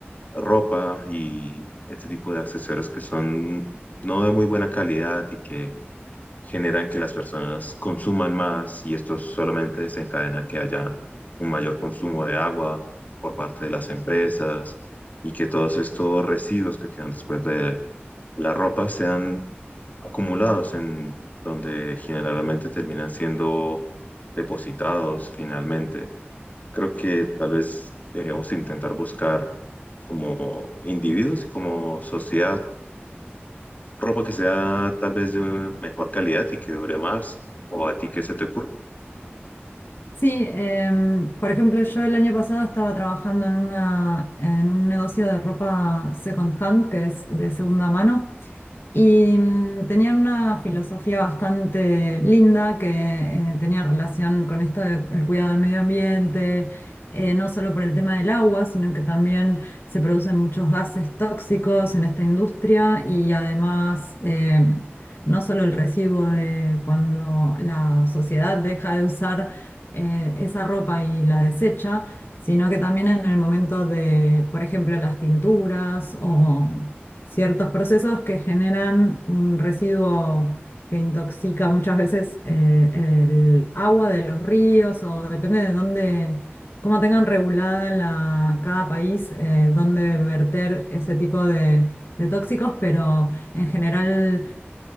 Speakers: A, on the left; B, on the left.
A: ropa y este tipo de accesorios que son no de muy buena calidad y que generan que las personas consuman más y esto solamente desencadena que haya un mayor consumo de agua por parte de las empresas y que todos estos residuos que quedan después de la ropa sean acumulados en donde generalmente terminan siendo depositados finalmente. Creo que tal vez deberíamos intentar buscar como individuos y como sociedad Ropa que sea tal vez de mejor calidad y que dure más, o a ti qué se te ocurre.
B: Sí, em, por ejemplo, yo el año pasado estaba trabajando en una, en un negocio de ropa second hand, que es de segunda mano. Y mm, tenían una filosofía bastante linda que eh, tenía relación con esto del cuidado del medio ambiente, eh, no solo por el tema del agua, sino que también se producen muchos gases tóxicos en esta industria y además eh, no solo el residuo de cuando la sociedad deja de usar eh, esa ropa y la desecha, sino que también en el momento de, por ejemplo, las tinturas o ciertos procesos que generan un residuo que intoxica muchas veces eh, el agua de los ríos o depende de dónde, cómo tengan regulada la- cada país eh, dónde verter ese tipo de, de tóxicos, pero en general